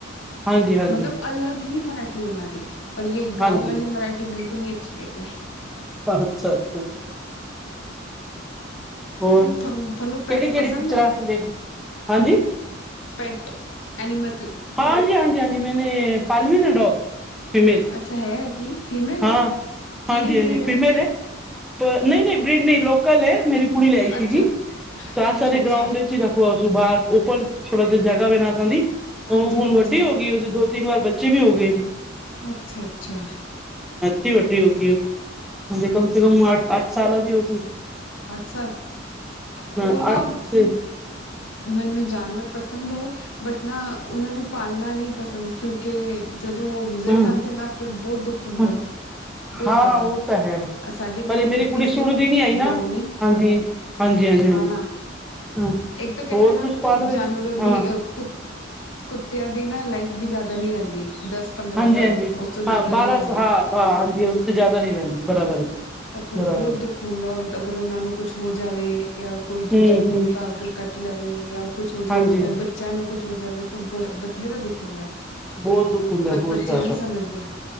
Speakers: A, in the centre; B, on the left (about 75°).
A: ਹਾਂਜੀ ਹਾਂਜੀ
B: ਮਤਲਬ ਅਲੱਗ ਹੀ ਮਰਾਠੀ ਉਹਨਾਂ ਦੀ, ਔਰ ਜੇ
A: ਹਾਂਜੀ
B: ਗਾਓ ਵਾਲੀ ਮਰਾਠੀ ਬਿਲਕੁਲ ਨੀ ਅੱਛੀ ਲਗਦੀ।
A: ਅੱਛਾ ਅੱਛਾ। ਹੋਰ ਕਿਹੜੀ
B: ਤੁਹਾਨੂੰ ਤੁਹਾਨੂੰ ਪੈਟ
A: ਕਿਹੜੀ
B: ਪਸੰਦ
A: ਪਿੱਚਰਾਂ
B: ਹੈ
A: ਦੇਖੋ ਹਾਂਜੀ?
B: ਪੈਟ ਐਨੀਮਲ
A: ਹਾਂ ਹਾਂਜੀ ਹਾਂਜੀ ਹਾਂਜੀ ਮੈਨੇ ਪਾਲੇ ਵੀ ਨੇ ਡੋਗ ਫੀਮੇਲ।
B: ਅੱਛਾ ਹੈ ਕਿ ਫੀਮੇਲ
A: ਹਾਂ
B: ਏ ਕਿਹੜੀ
A: ਹਾਂਜੀ
B: ਬਰੀਡ
A: ਹਾਂਜੀ
B: ਏ?
A: ਫੀਮੇਲ ਹੈ ਨਹੀਂ ਨਹੀਂ ਬ੍ਰਿਡ ਨਹੀਂ ਲੋਕਲ ਐ, ਮੇਰੀ ਕੁੜੀ ਲਿਆਈ
B: ਅੱਛਾ
A: ਸੀਗੀ। ਤਾਂ
B: ਅੱਛਾ
A: ਸਾਰੇ
B: ਅੱਛਾ
A: ਗ੍ਰਾਊਂਡ ਚ ਹੀ ਰੱਖਵਾ ਉਸ ਤੋਂ ਬਾਹਰ ਉੱਪਰ ਥੋੜਾ ਜਗਾਂ ਵਾ ਉਹਨਾਂ ਨਾ ਦੀ। ਉਹ
B: ਹਾਂਜੀ
A: ਹੁਣ
B: ਹਾਂਜੀ
A: ਵੱਡੀ ਹੋ ਗਈ ਉਸ ਦੇ ਦੋ ਤਿੰਨ ਵਾਰ ਬੱਚੇ ਵੀ ਹੋ ਗਏ।
B: ਅੱਛਾ ਅੱਛਾ।
A: ਬਹੁਤ ਵੱਡੀ ਹੋ ਗਈ, ਹੁਣ ਤੇ ਕਮ ਸੇ ਕਮ ਅੱਠ ਸਾਲਾਂ ਦੀ ਉਹ ਸੀ।
B: ਅੱਛਾ ਉਹ
A: ਹਾਂ
B: ਨਾ
A: ਅੱਠ
B: ਮੈਨੂੰ ਜਾਨਵਰ ਪਸੰਦ ਏ। ਬਟ ਨਾ ਉਹਨਾਂ ਨੂੰ ਪਾਲਣਾ ਨਹੀਂ ਪਸੰਦ ਕਿਉਂਕਿ ਜਦੋਂ ਉਹ ਗੁਜ਼ਰ
A: ਹਾਂ
B: ਜਾਂਦੇ ਨਾ ਫੇਰ ਬਹੁਤ ਦੁੱਖ ਹੁੰਦਾ
A: ਹਾਂ
B: ਬਹੁਤ
A: ਹਾਂ
B: ਜ਼ਿਆਦਾ।
A: ਉਹ ਤਾਂ ਹੈ।
B: ਸਾਡੀ ਵੀ
A: ਪਰ ਇਹ
B: ਇੱਕ
A: ਮੇਰੀ
B: ਕੁੱਤੀ
A: ਕੁੜੀ
B: ਸੀ
A: ਸੁਣਦੀ ਨੀ ਆਈ
B: ਬਰਾਉਨੀ
A: ਨਾ ਹਾਂਜੀ ਹਾਂਜੀ ਹਾਂਜੀ ਹਾਂਜੀ
B: ਹਾਂ ਨਾ
A: ਹਾਂ
B: ਇੱਕ ਤਾਂ ਕੈਸੇ
A: ਹੋਰ
B: ਨਾ
A: ਕੁਛ ਪਾ ਲਵੇ
B: ਜਾਨਵਰੋਂ ਦੀ
A: ਹਾਂ
B: ਅ ਕੁ ਕੁੱਤਿਆਂ ਦੀ ਨਾ ਲਾਈਫ ਵੀ ਜ਼ਿਆਦਾ ਨੀ ਰਹਿੰਦੀ ਦਸ ਪੰਦਰਾਂ
A: ਹਾਂਜੀ
B: ਸਾਲ
A: ਹਾਂਜੀ
B: ਉਸ ਤੋਂ ਜ਼ਿਆਦਾ
A: ਹਾਂ, ਬਾਰਾਂ
B: ਨਹੀਂ ਰਹਿੰਦੀ
A: ਸ ਹਾਂ ਹਾਂ ਹਾਂਜੀ ਉਸ ਚ ਜ਼ਿਆਦਾ ਨਹੀਂ ਰਹਿੰਦੀ ਬਰਾਬਰ।
B: ਤਾਂ ਫਿਰ
A: ਬਰਾਬਰ
B: ਬਹੁਤ
A: ਹੈ
B: ਦੁੱਖ ਹੁੰਦਾ ਅਗਰ ਉਹਨਾਂ ਨੂੰ ਕੁਛ ਹੋ ਜਾਵੇ ਜਾਂ ਕੋਈ ਦੂਜਾ
A: ਹਮ
B: ਕੁਛ
A: ਹਮ
B: ਤਾਂ ਕਿ ਕੱਟ ਲਵੇ ਜਾਂ ਕੁੱਛ ਹੋ
A: ਹਾਂਜੀ
B: ਜਾਵੇ ਉਹਨਾਂ ਬੱਚਿਆਂ ਨੂੰ ਕੁਛ ਹੋ ਜਾਵੇ ਤਾਂ ਬ ਬਥੇਰਾ ਦੁੱਖ ਹੁੰਦਾ
A: ਬਹੁਤ ਦੁੱਖ ਹੁੰਦਾ
B: ਪਰ
A: ਬਹੁਤ
B: ਬੱਚੇ
A: ਜ਼ਿਆਦਾ
B: ਨਹੀਂ ਸਮਝਦੇ।